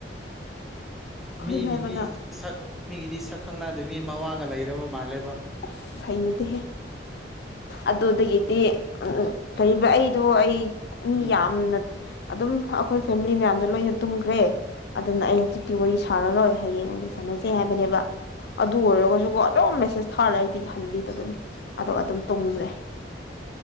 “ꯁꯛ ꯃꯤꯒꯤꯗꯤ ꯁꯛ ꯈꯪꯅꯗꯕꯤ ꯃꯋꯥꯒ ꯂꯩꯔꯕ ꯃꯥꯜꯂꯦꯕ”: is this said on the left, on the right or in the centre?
Centre